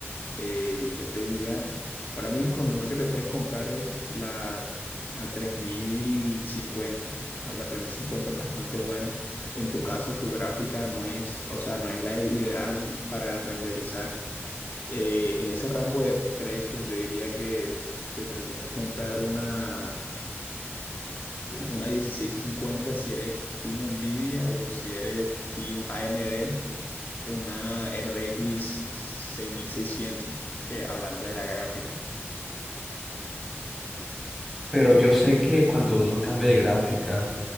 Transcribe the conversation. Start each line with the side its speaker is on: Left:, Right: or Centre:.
Left: eh, yo te diría, ahora mismo lo mejor que te puedes comprar es la, la tres mil cincuenta La, la 3050 es bastante buena. En tu caso, tu gráfica no es, o sea, no es la ideal para renderizar. Eh, en ese rango de precio, yo diría que te tendrías que comprar una una dieciséis cincuenta si eres Team Nvidia o si eres Team AMD, eh, una RX 6600, eh, hablando de la gráfica.
Centre: Pero yo sé que cuando uno cambia de gráfica,